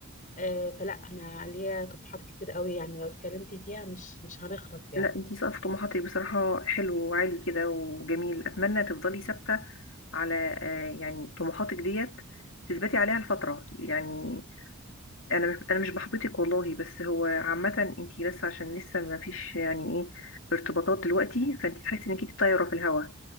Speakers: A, on the left; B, on the left.
A: آه فلا انا ليا طموحات كتير قوي يعني لو اتكلمت فيها مش مش هنخلص يعني
B: لا انت سقف طموحاتك بصراحه حلو وعالي كده وجميل اتمنى تفضلي ثابته على آه، يعني طموحاتك ديت تثبتي عليها الفتره يعني انا مش انا مش بحبطك والله بس هو عامه انت بس عشان لسه ما فيش يعني ايه ارتباطات دلوقتي فانت تحسي انك انت طايره في الهواء